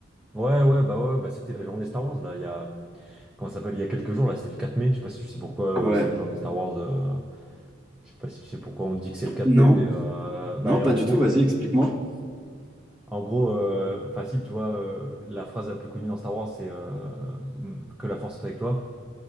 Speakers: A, in the centre; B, on the right.
A: Ouais ouais bah ouais ouais, bah c'était la journée Star Wars là il y a hum, comment ça s'appelle il y a quelques jours là c'était le 4 mai je sais pas si tu sais pourquoi euh,
B: Ouais.
A: c'est la journée Star Wars euh, je sais pas si tu sais pourquoi on dit que c'est le 4
B: Non,
A: mai mais euh, bah
B: non, pas
A: en
B: du
A: gros
B: tout, vas-y, explique-moi.
A: en gros euh, facile tu vois euh, la phrase la plus connue dans Star Wars c'est euh, hum, que la force soit avec toi